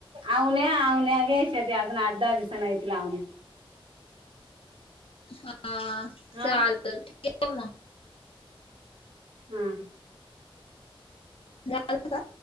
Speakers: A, on the right (about 65°); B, on the left (about 70°).
A: आवण्या आवण्या घ्यायच्या त्या अजून आठ दहा दिवसांनी येतील आवण्या.
B: हा चालत
A: हा
B: ठेव म
A: हं
B: जाल का?